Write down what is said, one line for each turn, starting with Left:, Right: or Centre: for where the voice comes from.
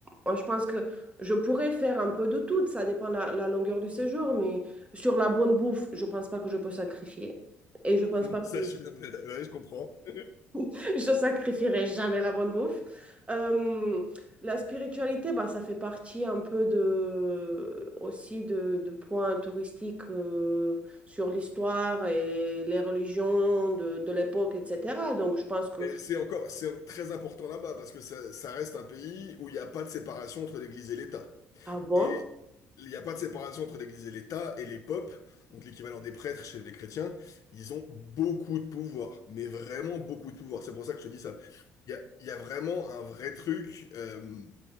Right: moi, je pense que je pourrais faire un peu de tout, ça dépend la, la longueur du séjour, mais sur la bonne bouffe, je pense pas que je peux sacrifier. Et je pense
Left: <laughs>
Right: pas que
Left: Ça, je, suis- ouais, je comprends. <laughs>
Right: <laughs> Je sacrifierai jamais la bonne bouffe. Euh, la spiritualité, bah, ça fait partie un peu de, aussi de, de points touristiques euh, sur l'histoire et les religions de, de l'époque, etc. Donc, je pense que
Left: Mais c'est encore, c'est très important là-bas parce que ça, ça reste un pays où il n'y a pas de séparation entre l'Église et l'État.
Right: ah bon
Left: Et il n'y a pas de séparation entre l'Église et l'État, et les popes, donc l'équivalent des prêtres chez les chrétiens, ils ont beaucoup de pouvoir, mais vraiment beaucoup de pouvoir. C'est pour ça que je te dis ça. Il y a, il y a vraiment un vrai truc. euh,